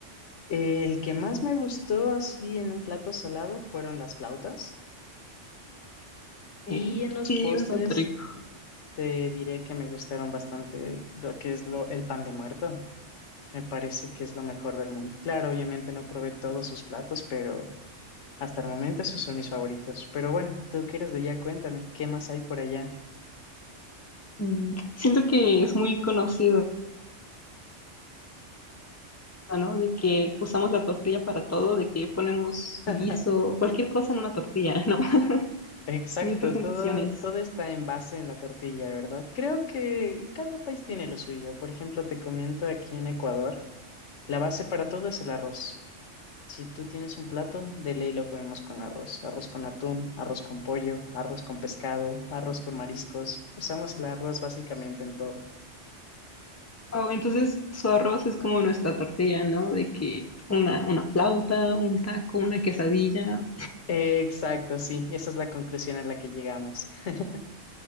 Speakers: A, on the left; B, on the left.
A: El que más me gustó así en un plato salado fueron las flautas
B: Eh,
A: y en los
B: sí,
A: postres
B: bastante rico.
A: te diré que me gustaron bastante lo que es lo, el pan de muerto. Me parece que es lo mejor del mundo. Claro, obviamente no probé todos sus platos, pero hasta el momento esos son mis favoritos. Pero bueno, tú que eres de allá, cuéntame, ¿qué más hay por allá?
B: Mm, Siento que es muy conocido, ¿no? De que usamos la tortilla para todo, de que ponemos
A: <laughs>
B: guiso, cualquier cosa en una tortilla, ¿no? <laughs>
A: Exacto,
B: Mil presentaciones.
A: todo, todo está en base en la tortilla, ¿verdad? Creo que cada país tiene lo suyo. Por ejemplo, te comento aquí en Ecuador, la base para todo es el arroz. Si tú tienes un plato, de ley lo comemos con arroz. Arroz con atún, arroz con pollo, arroz con pescado, arroz con mariscos. Usamos el arroz básicamente en todo.
B: Oh, entonces su arroz es como nuestra tortilla, ¿no? De que una, una flauta, un taco, una quesadilla.
A: Exacto, sí, esa es la conclusión a la que llegamos. <laughs>